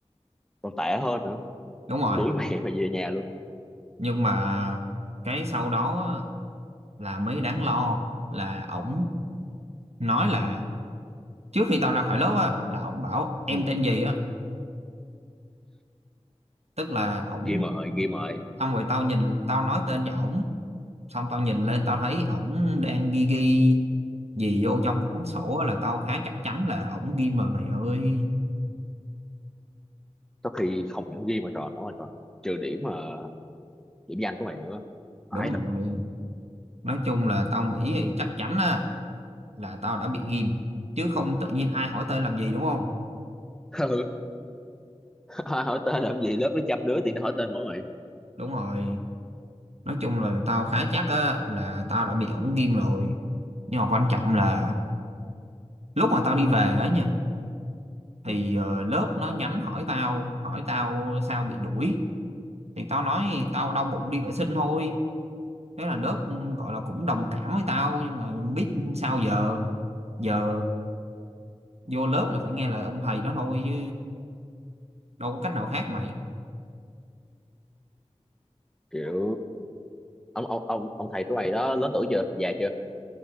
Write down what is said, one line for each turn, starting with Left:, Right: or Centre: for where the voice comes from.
Centre: còn tệ hơn nữa
Right: đúng rồi
Centre: cũng đuổi mẹ mà về nhà luôn
Right: nhưng mà cái sau đó á, là mới đáng lo là ổng nói là trước khi tao ra khỏi lớp á là ổng bảo em
Centre: ừ.
Right: tên gì á tức là ổng
Centre: ghi mời ghi mời
Right: xong rồi tao nhìn tao nói tên cho ổng xong tao nhìn lên tao thấy ổng đang ghi ghi gì vô trong cái cuốn sổ á, là tao khá chắc chắn là ổng ghi mờ mày ơi
Centre: có khi không những ghi mà tròn nó mà tròn trừ điểm mà điểm danh của mày nữa phải
Right: đúng
Centre: thật
Right: rồi nói chung là tao nghĩ thì chắc chắn á, là tao đã bị ghim chứ không tự nhiên ai hỏi tên làm gì đúng không
Centre: <laughs> ừ. hỏi tên làm gì lớp nó trăm đứa thì nó hỏi tên mỗi mày
Right: đúng rồi nói chung là tao khá chắc á, là tao đã bị ổng ghim rồi nhưng mà quan trọng là lúc mà tao đi về á nha thì
Centre: ừ.
Right: ờ, lớp nó nhắn hỏi tao hỏi tao sao bị đuổi thì tao nói tao đau bụng đi vệ sinh thôi thế là lớp ừ, gọi là cũng đồng cảm với tao nhưng mà biết sao giờ giờ vô lớp là phải nghe lời ông thầy đó thôi chứ đâu có cách nào khác mày
Centre: kiểu ông ông ông ông thầy của mày đó lớn tuổi chưa già chưa